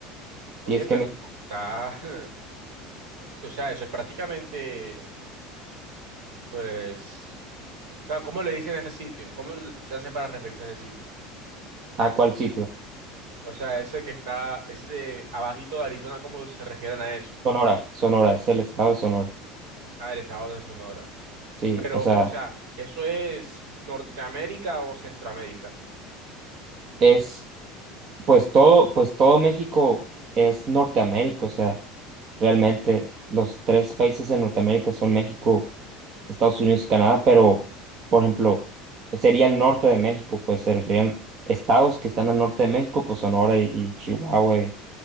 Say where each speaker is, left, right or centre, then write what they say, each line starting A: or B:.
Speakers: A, on the right; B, on the right.
A: Oye,
B: Y es
A: pero
B: que, me-
A: está... <laughs> O sea, eso es prácticamente, pues... O sea, ¿cómo le dicen a ese sitio? ¿Cómo le- se hace para referirse a ese sitio?
B: ¿a cuál sitio?
A: O sea, ese que está, ese de abajito de Arizona, ¿cómo se refieren a eso?
B: Sonora, Sonora, es el estado de Sonora.
A: Ah, el estado de Sonora.
B: Sí,
A: Pero,
B: o sea,
A: o sea, ¿eso es Norteamérica o Centroamérica?
B: es, pues todo, pues todo México es Norteamérica, o sea, realmente los tres países en Norteamérica son México, Estados Unidos y Canadá, pero, por ejemplo, sería el norte de México, pues se referían estados que están al norte de México, pues Sonora y, y Chihuahua y,